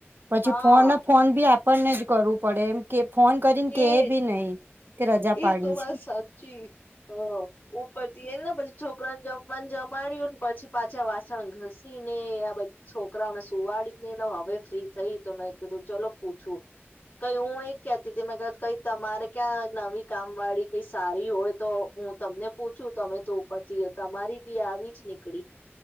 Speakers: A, on the right (about 50°); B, on the left (about 35°).
A: પછી,
B: હા
A: ફોન ના ફોન બી આપે ને જ કરવું પડે એમ કે ફોન કરીને કેહે
B: એજ
A: બી નહી. કે રજા
B: એ
A: પાડી
B: તો વાત
A: છે
B: સાચી. હ ઉપરથી એને પછી છોકરા ને જમવાને જમાડ્યું ને પછી, પાછા વાસણ ઘસી ને આ બધ છોકરાઓને સુવાડીનેને હવે ફ્રી થઈ તો, મેં કીધું ચલો પૂછું કઈ હું એ જ કતી તી મેં ક કઈ તમારે ક્યાં નવી કામ વાળી કઈ સારી હોય તો, હું તમને પૂછું, તમે તો ઉપરથી તમારી બી આવી. જ નીકળી